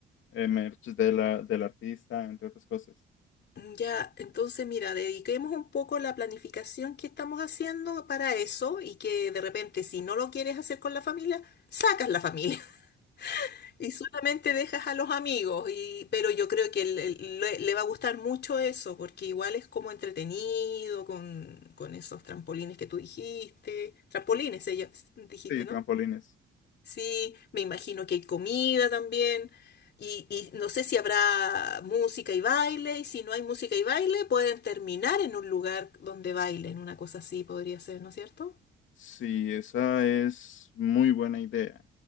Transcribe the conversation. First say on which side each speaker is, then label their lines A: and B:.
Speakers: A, on the left (about 75°); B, on the left (about 60°).
A: eh, merch de la, del artista, entre otras cosas.
B: Mm, Ya, entonces mira, dediquemos un poco la planificación que estamos haciendo para eso y que de repente si no lo quieres hacer con la familia, sacas la familia <laughs> y solamente dejas a los amigos. Y, pero yo creo que el- el- le, le va a gustar mucho eso porque igual es como entretenido con, con esos trampolines que tú dijiste. Trampolines,
A: Sí,
B: ella dijiste,
A: Sí, trampolines.
B: ¿no? Sí, me imagino que hay comida también. Y, y no sé si habrá música y baile. Y si no hay música y baile, pueden terminar en un lugar donde bailen. Una cosa así podría ser, ¿no es cierto?
A: Sí, esa es muy buena idea.